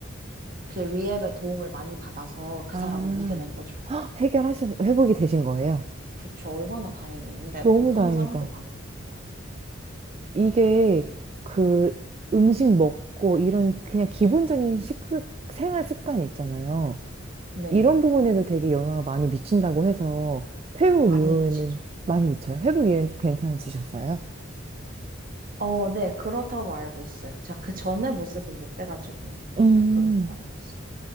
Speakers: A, on the right; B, on the right.
A: 그 리앱의 도움을 많이 받아서 그
B: 아,
A: 사람은 이겨낸 거죠.
B: <gasps> 헉, 해결하셔, 회복이 되신 거예요?
A: 그렇죠. 얼마나 다행이에요. 근데
B: 너무
A: 못하는
B: 다행이다.
A: 사람도 많으니까.
B: 이게 그 음식 먹고 이런 그냥 기본적인 식습, 생활 습관이 있잖아요.
A: 네네.
B: 이런 부분에도 되게 영향을 많이 미친다고 해서 회복
A: 많이
B: 이후에는
A: 미치죠.
B: 많이 미쳐요. 회복 이후에는 좀 괜찮아지셨어요?
A: 어, 네, 그렇다고 알고 있어요. 제가 그 전의 모습은 못 빼가지고, 그때
B: 음,
A: 그렇다고 알고 있어요.